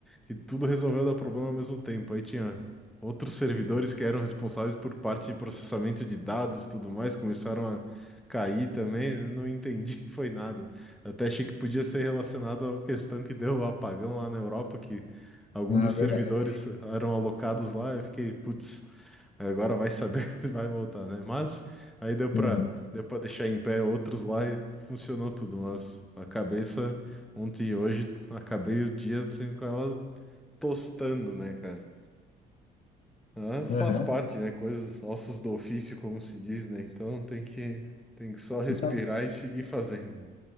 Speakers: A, in the centre; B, on the left (about 45°).
A: que tudo resolveu dar problema ao mesmo tempo. Aí tinha outros servidores que eram responsáveis por parte de processamento de dados, tudo mais, começaram a cair também. Eu não entendi, <laughs> foi nada. Eu até achei que podia ser relacionado à questão que deu o apagão lá na Europa, que algum
B: Ah,
A: dos
B: verdade.
A: servidores eram alocados lá. Eu fiquei, putz, agora vai saber <laughs> se vai voltar, né? Mas aí deu para
B: Aham,
A: deu para deixar em pé outros lá e funcionou tudo, mas a cabeça Ontem e hoje acabei o dia assim, com ela tostando, né, cara? Mas
B: aham.
A: faz parte, né? Coisas, ossos do ofício, como se diz, né? Então tem que, tem que só respirar
B: Eu tava-
A: e seguir fazendo.